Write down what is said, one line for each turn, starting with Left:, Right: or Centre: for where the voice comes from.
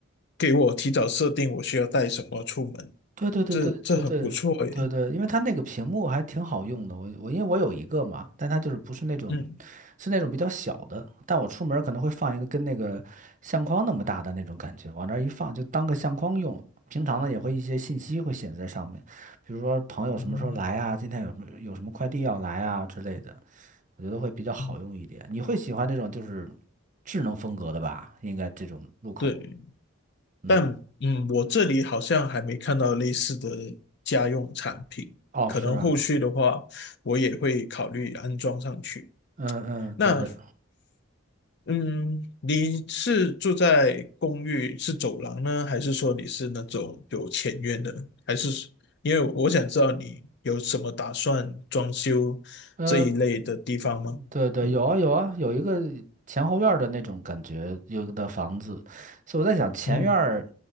Left: 给我提早设定我需要带什么出门，
Right: 对对对对对对对对，
Left: 这这很不错耶。
Right: 因为它那个屏幕还挺好用的，我我因为我有一个嘛，但它就是不是那种，
Left: 嗯
Right: 是那种比较小的，但我出门儿可能会放一个跟那个相框那么大的那种感觉，往那儿一放就当个相框用。平常呢也会一些信息会写在上面，比如说朋友什么时候来啊，
Left: 嗯
Right: 今天有什么有什么快递要来啊之类的，我觉得会比较好用一点。
Left: 嗯，
Right: 你会喜欢这种就是智能风格的吧？应该这种入口，
Left: 对，
Right: 嗯，
Left: 但嗯，我这里好像还没看到类似的家用产品，
Right: 哦，
Left: 可能后续的话我也会考虑安装上去。
Right: 是吧？嗯嗯，
Left: 那
Right: 对。
Left: 嗯，你是住在公寓是走廊呢，还是说你是那种有前院的？还是因为我想知道你有什么打算装修这一类的地方吗？
Right: 呃，对对，
Left: 嗯
Right: 有啊有啊，有一个前后院儿的那种感觉，有的房子，所以我在想前院儿，
Left: 嗯